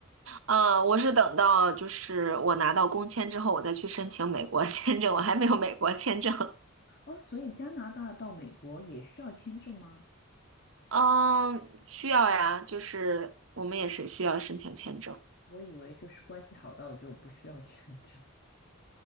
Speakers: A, on the right; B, on the left.
A: 呃，我是等到就是我拿到工签之后，我再去申请美国签证，我还没有美国签证。
B: 哦，所以加拿大到美国也需要签证吗？
A: 嗯，需要呀，就是我们也是需要申请签证。
B: 我以为就是关系好到就不需要 <laughs> 签证。